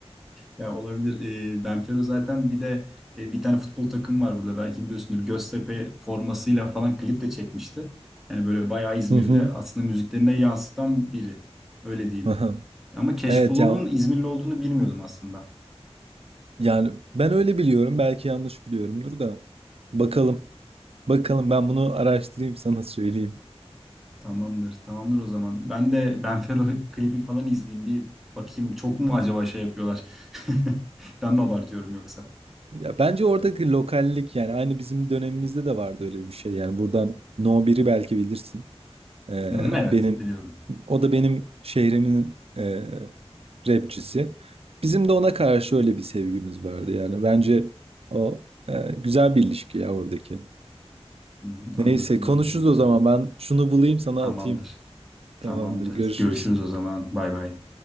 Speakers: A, in the centre; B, on the right.
A: Ya olabilir. Ee, Benfero zaten bir de e, bir tane futbol takım var burada belki biliyorsundur. Göztepe formasıyla falan klip de çekmişti. Yani böyle bayağı İzmir'de
B: Hı hı.
A: aslında müziklerine yansıtan biri. Öyle diyeyim.
B: Aha.
A: Ama Cashflow'un
B: Evet ya
A: İzmirli olduğunu bilmiyordum aslında.
B: yani ben öyle biliyorum. Belki yanlış biliyorumdur da. Bakalım. Bakalım ben bunu araştırayım sana söyleyeyim.
A: Tamamdır, tamamdır o zaman. Ben de Benfero klibi falan izleyeyim bir bakayım. Çok mu acaba şey yapıyorlar? <laughs> Ben mi abartıyorum yoksa?
B: Ya bence oradaki lokallik yani aynı bizim dönemimizde de vardı öyle bir şey. Yani buradan No biri belki bilirsin. Ee,
A: Hı hı, evet,
B: benim
A: biliyorum.
B: o da benim şehrimin e, rapçisi. Bizim de ona karşı öyle bir sevgimiz vardı yani. Bence o e, güzel bir ilişki ya oradaki.
A: Hı hı,
B: Neyse
A: anladım,
B: konuşuruz
A: anladım
B: o
A: o zaman.
B: zaman. Ben şunu bulayım sana
A: Tamamdır,
B: atayım. Tamamdır,
A: tamamdır.
B: görüşürüz.
A: Görüşürüz o zaman. Bay bay.